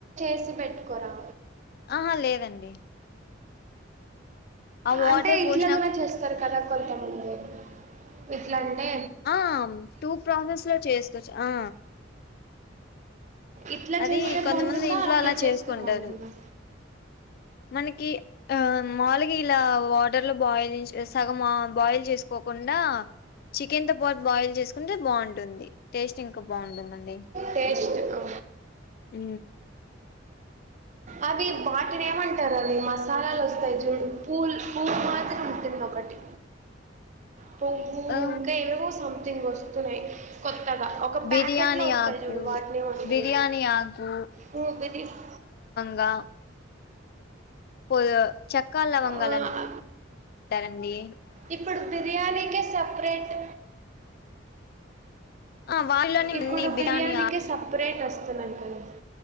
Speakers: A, on the right; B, on the left.
A: తీసి పెట్టుకోరా
B: ఆహా లేదండి ఆ వాటర్
A: అంటే ఇట్లా
B: పోసి
A: కూడా చేస్తారు కదా కొంతమంది ఇట్లాంటే
B: ఆ టూ ప్రాసెస్ లో చేసుకోవచ్చు ఆ
A: ఇట్లా
B: అది
A: చేస్తే
B: కొంతమంది
A: బాగుంటుందా
B: ఇంట్లో
A: అట్లా
B: అలా
A: చేస్తే
B: చేసుకుంటారు
A: బాగుంటుందా
B: మనకి ఆ మాములుగా ఇలా వాటర్ లో బాయిల్ చెస్ సగం బాయిల్ చేసుకోకున్ కుండ చికెన్ తో పాటు బాయిల్ చేసుకుంటే బాగుంటుంది టేస్ట్ ఇంకా బాగుంటుందండి.
A: టేస్ట్ కు
B: ఊ
A: అవి వాటిని ఏమంటారు అది మసాలాలు వస్తాయి చూడు పూల్ పువ్వు మాదిరి ఉంటుంది ఒకటి పువ్వు
B: ఆ
A: ఇంకా ఏవేవో సంథింగ్ వస్తున్నాయి కొత్తగా ఒక
B: బిర్యానీ
A: ప్యాకెట్ లో వస్తాయి
B: ఆకు
A: చూడు వాటినే వండుతారు
B: బిర్యానీ ఆకు
A: <inaudible>
B: గా పోధవ్ చెక్ ఇంకా లావలంగాలండ్
A: ఆ
B: ఉంటారండి
A: ఇప్పుడు బిర్యానికే సప్రెట్
B: ఆ వాటిలోనే
A: ఇప్పుడు
B: అన్ని బిర్యానీ
A: బిర్యానీకే సపరేట్ వస్తున్నది కదా